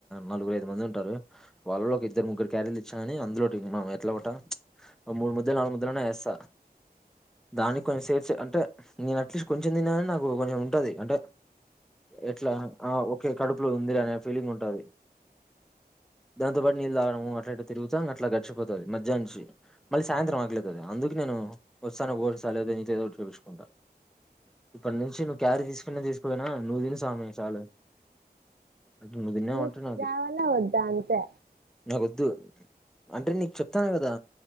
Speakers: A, in the centre; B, on the right.
A: నలుగురు ఐదు మంది ఉంటారు వాళ్ళలో ఒక ఇద్దరు ముగ్గురు క్యారీలు ఇచ్చానని అందులో మనం ఎట్ల ఒకట మూడు ముద్దలు నాలుగు ముద్దలు ఎస్ స్త దానికి కొంచెం సేర్స్ అంటే నేను అట్లీస్ట్ కొంచెం తిన్నాగాని నాకు కొంచెం ఉంటది అంటే ఎట్లా ఓకే కడుపులో ఉంది అనే ఫీలింగ్ ఉంటది దాంతోపాటు నీళ్ళు తాగడము అట్లయిట్ల తిరుగుతా అట్లా గడిచిపోతది మధ్యాహ్నం నుంచి మళ్ళీ సాయంత్రం ఆకలేతది అందుకు నేను వస్తాను ఓట్స్ లేదా నీతో ఏదోటి చేపిచ్చుకుంటా ఇప్పటి నుంచి నువ్వు క్యారీ తీసుకునే తీసుకుపోయినా నువ్వు తినుసామీ చాలు అంటుంది నువ్వు
B: నీకు
A: తిన్నావా
B: రావాలా వద్దా అంతే
A: వద్దు అంటే నీకు చెప్తాను గదా